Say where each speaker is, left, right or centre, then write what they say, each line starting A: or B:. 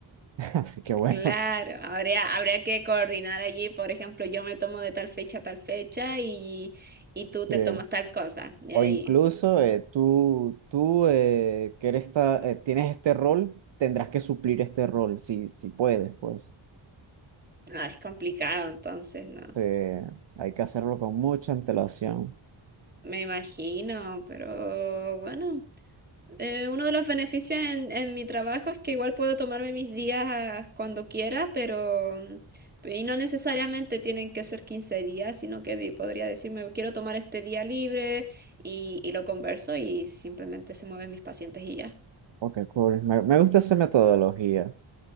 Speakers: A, on the right (about 65°); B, on the right (about 20°).
A: <laughs> Así que bueno,
B: Claro, habría, habría que coordinar allí, por ejemplo, yo me tomo de tal fecha a tal fecha y, y tú
A: <laughs> sí.
B: te tomas tal cosa. Y
A: O
B: ahí,
A: incluso eh, tú, tú eh, que eres esta- eh, tienes este rol, tendrás que suplir este rol, si, si puedes, pues.
B: ah, es complicado, entonces, ¿no?
A: Eh, hay que hacerlo con mucha antelación.
B: Me imagino, pero bueno, eh, uno de los beneficios en, en mi trabajo es que igual puedo tomarme mis días cuando quiera, pero... Y no necesariamente tienen que ser 15 días, sino que di- podría decirme, quiero tomar este día libre y, y lo converso y simplemente se mueven mis pacientes y ya.
A: Ok, cool. Me, me gusta esa metodología.